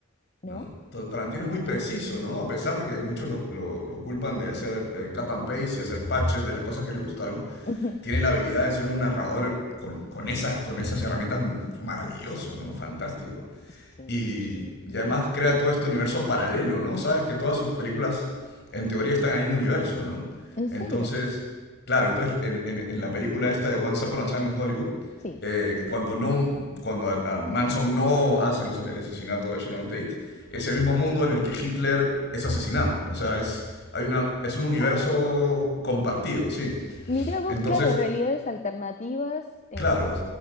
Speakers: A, on the left; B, on the left.
A: ¿no?
B: no. Ta- Tarantino es muy preciso, ¿no? A pesar de que muchos lo, lo- lo culpan de hacer eh, cut and paste y hacer patches de las cosas que le gustaron,
A: <laughs> Ujú,
B: tiene la habilidad de ser un narrador con, con esas, con esas herramientas mm, maravilloso, ¿no? Fantástico.
A: Sí.
B: Y, y además crea todo este universo paralelo, ¿no? Sabes que todas sus películas, en teoría, están en el mismo universo, ¿no?
A: ¿En
B: Entonces,
A: serio?
B: claro, entonces en, en- en la película esta de Once Upon a Time in Hollywood,
A: Sí.
B: eh, cuando no, cuando a- a Manson no hace los- el asesinato de Sharon Tate, es el mismo mundo en el que Hitler es asesinado. O sea, es, hay una, es un universo
A: Ah,
B: compartido, sí.
A: mirá vos,
B: Entonces,
A: claro, realidades alternativas en,
B: claro,